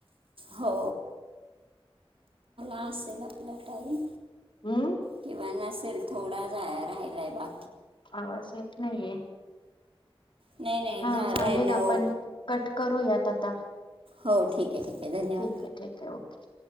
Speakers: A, on the right; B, on the left.
A: हो ह असेला आपला टाईम
B: हम्म.
A: किंवा नसेल थोडा जा राहिलाय बा
B: आवाज येत नाहीये.
A: नाही नाही
B: हा
A: झालाय
B: चालेल
A: नऊ
B: आपण कट करूयात. <inaudible>
A: हो ठीक आहे ठीक आहे. धन्यवाद
B: ठीक आहे ठीक आहे ओके.